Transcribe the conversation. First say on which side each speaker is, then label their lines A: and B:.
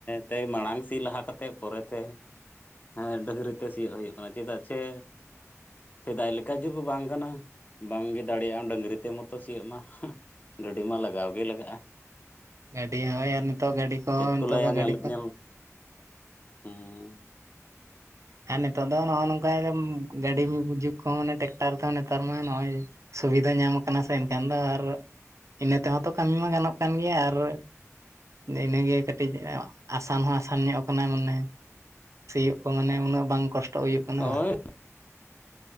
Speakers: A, on the left; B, on the right.
A: ᱛᱮ ᱢᱟᱲᱟᱝ ᱥᱤ ᱞᱟᱦᱟ ᱠᱟᱛᱮᱫ ᱯᱚᱨᱮ ᱛᱮ, ᱦᱮᱸ
B: ᱦᱳᱭ
A: ᱰᱟᱹᱝᱨᱤ ᱛᱮ ᱥᱤᱭᱳᱜ ᱦᱩᱭᱩᱜ ᱠᱟᱱᱟ ᱪᱮᱫᱟᱜ ᱪᱷᱮᱼᱼ ᱥᱮᱫᱟᱭ ᱞᱮᱠᱟ ᱡᱩᱜᱠ ᱵᱟᱝ ᱠᱟᱱᱟ ᱵᱟᱝᱜᱮ ᱫᱟᱲᱮ ᱭᱟᱜᱼᱟ ᱰᱟᱹᱝᱨᱤ ᱛᱮ ᱛᱚ ᱥᱤᱭᱚᱜ ᱢᱟ ᱦᱟᱸᱜ ᱜᱟᱹᱰᱤ ᱢᱟ ᱞᱟᱜᱟᱣ ᱜᱮ ᱞᱟᱜᱟᱜᱼᱟ᱾
B: ᱜᱟᱹᱰᱤ ᱦᱚᱸ ᱱᱤᱛᱚᱜ ᱜᱟᱹᱰᱤ ᱠᱚ
A: ᱪᱮᱫ
B: ᱱᱤᱛᱚᱜ
A: ᱞᱟᱹᱭᱟ
B: ᱫᱚ ᱜᱟᱹᱰᱤ
A: ᱧᱮᱞ
B: ᱠᱚᱼᱼ
A: ᱧᱮᱞ ᱦᱩᱸ
B: ᱦᱮᱸ ᱱᱤᱛᱚᱜ ᱫᱚ ᱱᱚᱜᱼᱚᱭ ᱱᱚᱝᱠᱟ ᱜᱟᱹᱰᱤ ᱡᱩᱜ ᱠᱚᱦᱚᱸ ᱢᱟᱱᱮ ᱴᱮᱠᱴᱟᱨ ᱛᱮᱦᱚᱸ ᱱᱮᱛᱟᱨ ᱢᱟ ᱱᱚᱜᱼᱚᱭᱼᱼ ᱥᱩᱵᱤᱫᱷᱟ ᱧᱟᱢ ᱠᱟᱱᱟ ᱥᱮ ᱮᱱᱠᱷᱟᱱ ᱫᱚ ᱟᱨ ᱤᱱᱟᱹ ᱛᱮᱦᱚᱸ ᱛᱚ ᱠᱟᱹᱢᱤ ᱢᱟ ᱜᱟᱱᱚᱜ ᱠᱟᱱ ᱜᱮᱭᱟ ᱟᱨᱼᱼ ᱱᱮ ᱤᱱᱟᱹᱜᱮ ᱠᱟᱹᱴᱤᱡ ᱟᱥᱟᱱ ᱦᱚᱸ ᱟᱥᱟᱱ ᱧᱚᱜ ᱠᱟᱱᱟ ᱢᱟᱱᱮ ᱥᱤᱭᱳᱜ ᱠᱚ ᱢᱟᱱᱮᱼᱼ ᱩᱱᱟᱹᱜ ᱵᱟᱝ ᱠᱚᱥᱴᱚᱜ ᱦᱩᱭᱩᱜ ᱠᱟᱱᱟ
A: ᱦᱳᱭ